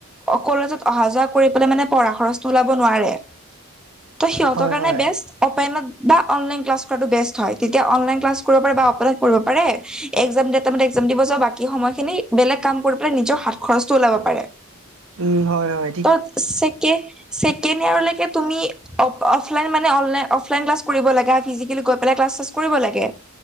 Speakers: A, in the centre; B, on the right.
A: কলেজত অহা যোৱা কৰি পেলাই মানে পঢ়া খৰচটো ওলাব নোৱাৰে। ত' সিহতৰ
B: হয়
A: কাৰে
B: হয়
A: বেষ্ট অপেনত বা অনলাইন ক্লাছ কৰাটো বেষ্ট হয় তেতিয়া অনলাইন ক্লাছ কৰিব পাৰে বা অপেনত কৰিব পাৰে। একজাম দেটমতে একজাম দিব যা বাকী সময়খিনি বেলেগ কাম কৰি পেলাই নিজৰ হাত খৰচটো ওলাব পাৰে।
B: উম, হয়-হয়।
A: ত ছেকে-ছেকেণ্ড ইয়াৰলৈকে তুমি অ, অফ লাইন মানে online offline class কৰিব লাগে আৰু ফিজিকেলি গৈ পেলায় ক্লাছ কৰিব লাগে